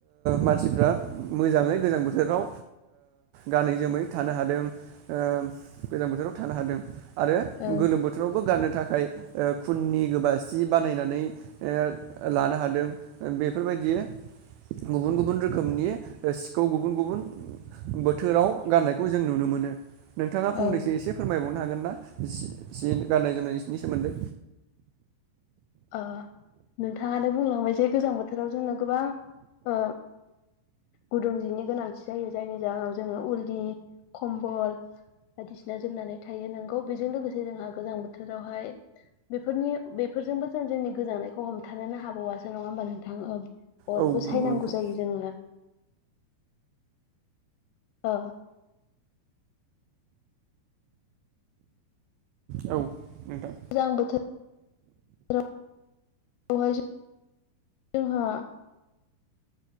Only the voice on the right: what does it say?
मानसिफ्रा
मोजाङै गोजां बोथोराव गानै जोमै थानो हादों ओ गोजां बोथोराव थानो हादों आरो
गोलोम बोथोराव नो थाखाय खुननि गोबा सि बानायनानै ओ लानो हादों बे बेफोरबायदि गुबुन गुबुन रोखोमनि सिखौ गुबुन गुबुन बोथोराव गाननायखौ जों नुनो मोनो। नोंथाङा फंनैसो
एसे फोरमायबावनो हागोन ना एसे से गाननाय जोमनायनि सोमोन्दै।
औ नंगौ
नोंथां
औ नोंथां